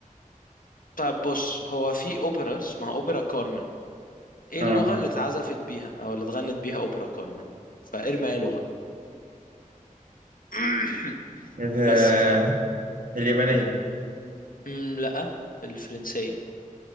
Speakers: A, on the left; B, on the right.
A: طيب بص هو في اوبرا اسمها اوبرا كارمن ايه
B: اه
A: اللغة اللي اتعزفت بيها او اللي اتغنت بيها اوبرا كارمن فارمي اي لغة <clears throat>
B: ال-
A: بس ف
B: اليابانية
A: مم، لا الفرنسية